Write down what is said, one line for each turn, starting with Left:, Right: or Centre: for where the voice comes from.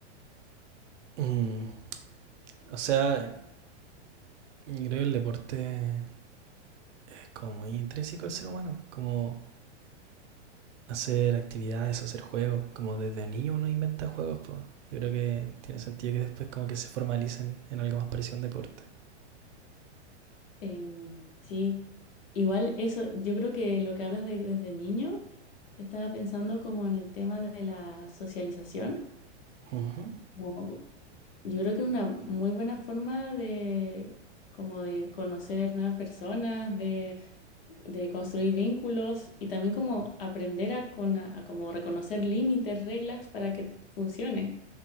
Right: Mm, O sea, creo que el deporte es como muy intrínseco al ser humano, como hacer actividades, hacer juegos, como desde niño uno inventa juegos, pues. Yo creo que tiene sentido que después como que se formalicen en algo más parecido a un deporte.
Left: Em, sí, igual eso, yo creo que lo que hablas de, desde niño, estaba pensando como en el tema de la socialización.
Right: Ujú.
Left: como- yo creo que es una muy buena forma de como de conocer nuevas personas, de, de construir vínculos y también como aprender a, con, a, como reconocer límites, reglas para que funcione.